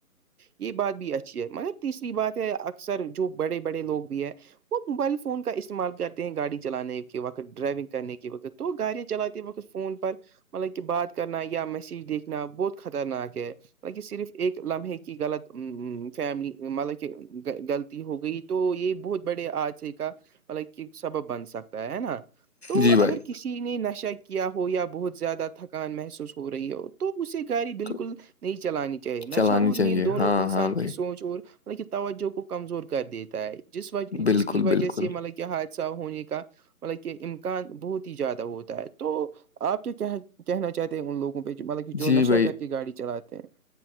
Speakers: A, on the right (about 75°); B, on the left (about 45°).
A: یہ بات بھی اچھی ہے مگر تیسری بات ہے اکثر جو بڑے بڑے لوگ بھی ہیں وہ موبائل فون کا استعمال کرتے ہیں گاڑی چلانے کے وقت ڈرائیونگ کرنے کے تو گاڑیا چلاتتی وکت فون پر مطلب کہ بات کرنا یا میسج دیکھنا بہت خطرناک ہے مطب کہ صرف ایک لمحے کی غلط ا فیملی مطلب کہ غلط ہو گئی تو یہ بہت بڑے آج سے کا مطلب سبب بن سکتا ہے ہے نا تو
B: جی بھائی
A: اگر کسی نے نشہ کیا ہو یا بہت زیادہ تھکان محسوس ہو رہی ہو تو اسے گااری بالکل
B: تو
A: نہیں چلانی چاہ
B: چلانی
A: نشہ اور نیند
B: چاہیے
A: دونوں
B: ہاں
A: انسان
B: ہاں بھائی
A: کی سوچ اور بطل کہ توجہ کو کمزور کر دیتا ہے جس وجہ
B: بالکل
A: جس کی وجہ
B: بالکل
A: سے مطلب حادثہ ہونے کا مطلب کہ امکان بہت ہی زیادہ ہوتا ہے تو آپ کے کیا کہنا چاہتے ہیں ان لوگوں پہ مطلب کہ جو
B: جی
A: نشہ
B: بھائی
A: کر کے گاڑی چلاتے ہیں